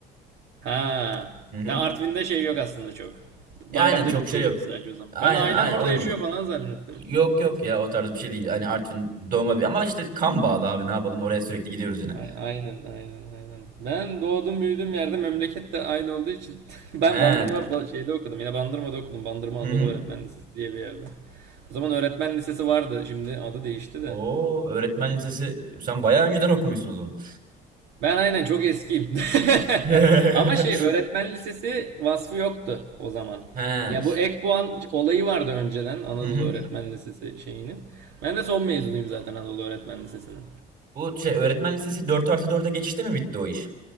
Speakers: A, on the right; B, on the right.
A: <laughs> ha.
B: Hı hı.
A: Ya Artvin'de şey yok aslında çok. Bayramda
B: E, aynen çok
A: gidip
B: şey
A: geliyordun
B: yok.
A: sadece o zaman.
B: Aynen
A: Ben ailen
B: aynen
A: orada
B: onun
A: yaşıyor
B: gibi.
A: falan zannettim.
B: Yok yok ya o tarz bir şey değil. Hani Artvin doğma büyüme ama işte kan bağlı abi ne yapalım oraya sürekli gidiyoruz yine.
A: Ay- Aynen aynen aynen. Ben doğdum büyüdüğüm yerde memleket de aynı olduğu için <laughs> ben
B: He.
A: Bandırma ba- şeyde okudum. Yine Bandırma'da okudum. Bandırma
B: Hı
A: Anadolu
B: hı.
A: Öğretmen Lisesi diye bir yerde. O zaman öğretmen lisesi vardı. Şimdi adı değişti de.
B: Oo öğretmen lisesi sen bayağı önceden okumuşsun o zaman.
A: Ben aynen çok eskiyim. <laughs>
B: He. <laughs>
A: Ama şey öğretmen lisesi vasfı yoktu o zaman.
B: He.
A: Ya bu ek puan olayı vardı önceden Anadolu
B: Hı hı.
A: Öğretmen Lisesi şeyinin. Ben de son mezunuyum zaten Anadolu Öğretmen Lisesi'nin.
B: Bu şey öğretmen lisesi dört artı 4'e geçişte mi bitti o iş?